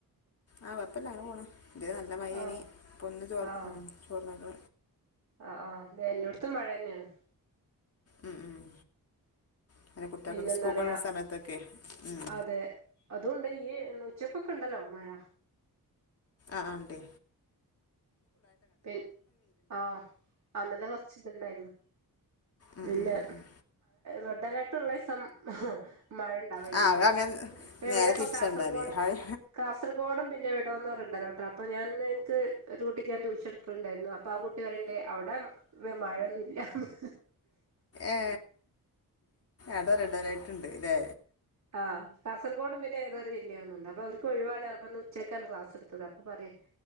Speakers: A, on the left; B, on the right.
A: ആ കുഴപ്പല്ലാ ങ്ങനെ പോണ് തരെ നല്ല മഴേനി
B: ആ
A: ഇപ്പ ഒന്ന് ചോ
B: ആ
A: ചോർന്നല്ല
B: ആ ആഹ് അതെ എല്ലോടുത്തും മഴ തന്നെയാണ്
A: ഉം ഉം അങ്ങനെ കുട്ടികൾക്കൊക്കെ
B: പിന്നെന്താ
A: സ്കൂൾ
B: പറയാ
A: പോകുന്ന സമയത്തൊക്കെ ഉം
B: അതെ അതുകൊണ്ട് ഈ ഉച്ചക്കൊക്കെ ഉണ്ടല്ലോ മഴ
A: ആഹ് ണ്ട്
B: പി ആ അന്ന ന്തെ കൊറച്ച് ഇത്ണ്ടായിരുന്നു
A: ഉം
B: പിന്നെ
A: ഉം ഉം ഉം.
B: റെഡ് അല ട്ടുള്ള സം മഴ ഉണ്ടാവേല്ല്യ
A: ആ അത് അങ്ങനെ
B: അപ്പൊ ഇവിടെ
A: നേരെ
B: ഇപ്പ
A: തിരിച്ചാ
B: കാസർഗോഡ്
A: ഉണ്ടാവല് ഹായ്
B: കാസർഗോഡും പിന്നെ റെഡ് അലർട്ട് അപ്പ ഞാ എനിക്ക് ഒരു കുട്ടിക്ക് എൻ്റെ ടുക്കളുണ്ടായിരുന്നു അപ്പൊ ആ കുട്ടി പറീണ്ട് അവിടെ വ മഴൊന്നുല്ലാന്ന്
A: ഏ അതാ റെഡ് അലർട്ട് ണ്ട് ല്ലെ
B: ആഹ് കാസർകോടും പിന്നെ ഏതൊരു ജില്ലയാണന്നുണ്ട് അപ്പൊ ഓൽക്ക് ഒഴിവാണ് പറഞ്ഞപ്പന്ന് ചെക്കൻ ക്ലാസ് ടുത്തത് അപ്പൊ പറ്യ